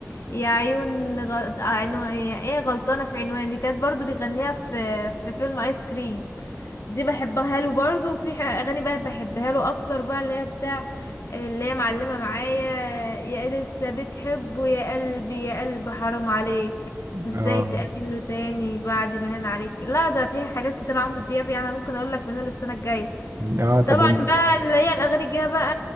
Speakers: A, on the left (about 60°); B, on the right (about 60°).
A: يا عيون غلط... آه، عنو... ايه غلطانة في عنوان دي كانت برضو بيغنيها في في فيلم آيس كريم دي بحبها له برضو وفي ح- أغاني بقى بحبها له أكتر بقى اللي هي بتاع اللي هي معلمة معايا يا لسه بتحبه يا قلبي يا قلبي حرام عليك ازاي
B: اه
A: تقابله تاني بعد ما هان عليك لا ده في حاجات كتير عمرو دياب يعني أنا ممكن اقول لك منها للسنه الجايه
B: اه طب
A: طبعا
B: إن-
A: بقى اللي هي الاغاني الجايه بقى